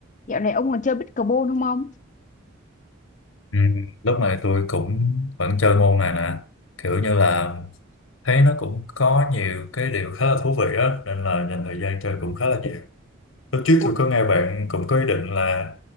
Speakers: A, on the left (about 40°); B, on the left (about 80°).
A: Dạo này ông còn chơi pickleball không ông?
B: Ừ, lúc này tôi cũng vẫn chơi môn này nè kiểu như là thấy nó cũng có nhiều cái điều khá là thú vị á nên là dành thời gian chơi cũng khá là nhiều lúc trước
A: Ủa,
B: tôi có nghe bạn cũng có ý định là